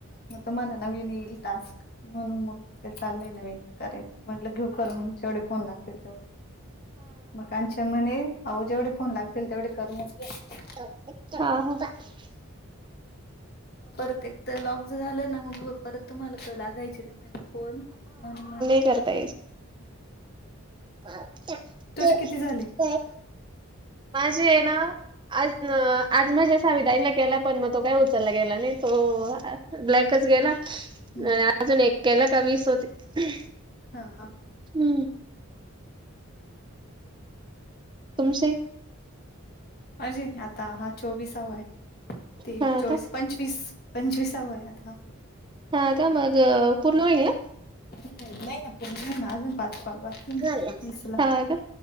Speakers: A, on the left; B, on the right.
A: मग तुम्हाला नवन इल टास्क म्हणून मग. ते चाललंय नवीन करायचं म्हटलं घेऊ करूनच. केवढे फोन लागतात तेवढे मग काचे म्हणे आहो जेवढे फोन लागतात. तेवढे करून नच घे.
B: <inaudible>
A: म परत एक तर लॉक ज झालं ना मग. परत तुम्हाला लागायचे नाही म्हणजे फोन म्हण म्हटलं.
B: करता पा
A: तुझे
B: ते <inaudible>
A: <inaudible>
B: माझी आहे ना. आज न आज माज्या अस विधईला केला पण मग तो काय उचलला गेला नाही तो अ. ब्लॅकच गेला
A: हम्म हम्म
B: अजून एक्याला का वीस होते.
A: हा हा,
B: हम्म. तुमचे.
A: माझे आता हा चोवीसावा आहेय. तेवि
B: हा
A: चोवीस
B: का
A: पंचवीस पंचवीस सहावा होया आता.
B: हा का मग पूर्ण होईल ना.
A: <unintelligible> ना पूर्ण आहे ना अजून पाच कॉल बाकी आहे
B: हा
A: तीसला.
B: का